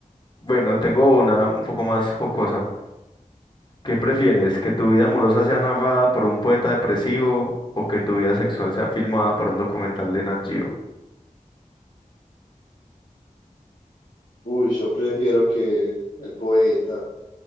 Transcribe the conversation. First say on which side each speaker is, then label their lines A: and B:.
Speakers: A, on the left (about 35°); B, on the left (about 75°).
A: Bueno, tengo una un poco más jocosa. ¿Qué prefieres? ¿Que tu vida amorosa sea narrada por un poeta depresivo o que tu vida sexual sea filmada para un documental de Nat Geo?
B: Uy, yo prefiero que el poeta,